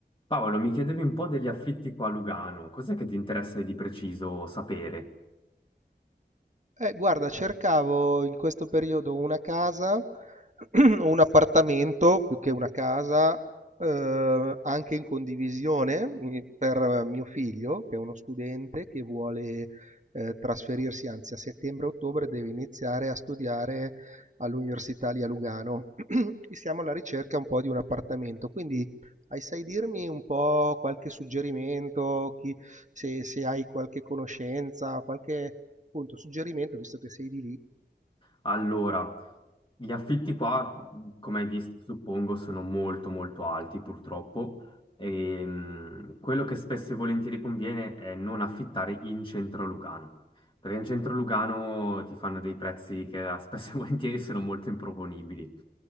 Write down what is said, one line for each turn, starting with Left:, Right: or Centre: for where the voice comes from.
Left: Paolo, mi chiedevi un po' degli affitti qua a Lugano, cos'è che ti interessa di preciso sapere?
Right: Eh, guarda, cercavo in questo periodo una casa, <clears throat> un appartamento più che una casa, eh, anche in condivisione in- per eh, mio figlio, che è uno studente che vuole eh, trasferirsi, anzi a settembre-ottobre deve iniziare a studiare all'Università lì a Lugano. <clears throat> E siamo alla ricerca un po' di un appartamento, quindi hai, sai dirmi un po' qualche suggerimento, chi- se, se hai qualche conoscenza, qualche Appunto, suggerimento, visto che sei di lì.
Left: Allora, gli affitti qua, come hai visto, suppongo, sono molto molto alti purtroppo e mh, quello che spesso e volentieri conviene è non affittare in centro a Lugano, perché in centro a Lugano ti fanno dei prezzi che eh, spesso e <laughs> volentieri sono molto improponibili,